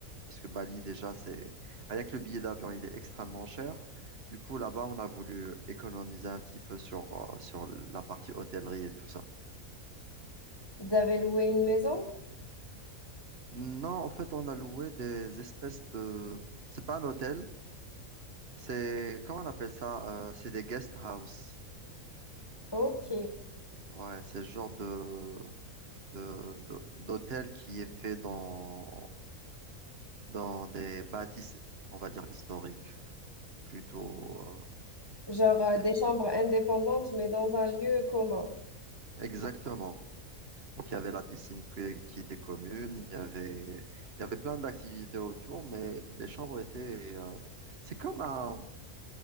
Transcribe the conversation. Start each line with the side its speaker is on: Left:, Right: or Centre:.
Right: Parce que Bali, déjà, c'est rien que le billet d'avion, il est extrêmement cher. Du coup, là-bas, on a voulu économiser un petit peu sur, euh, sur la partie hôtellerie et tout ça.
Left: Vous avez loué une maison?
Right: Non, en fait, on a loué des espèces de... C'est pas un hôtel, c'est... Comment on appelle ça? Euh, c'est des guest house.
Left: Ok.
Right: Ouais, c'est le genre de, de, de- d'hôtel qui est fait dans, dans des bâtisses, on va dire, historiques. ou Plutôt... euh,
Left: Genre euh,
Right: des-
Left: des chambres indépendantes, mais dans un lieu commun.
Right: Exactement. Donc, il y avait la piscine qui, qui était commune, il y avait, il y avait plein d'activités autour, mais les chambres étaient... euh, C'est comme un...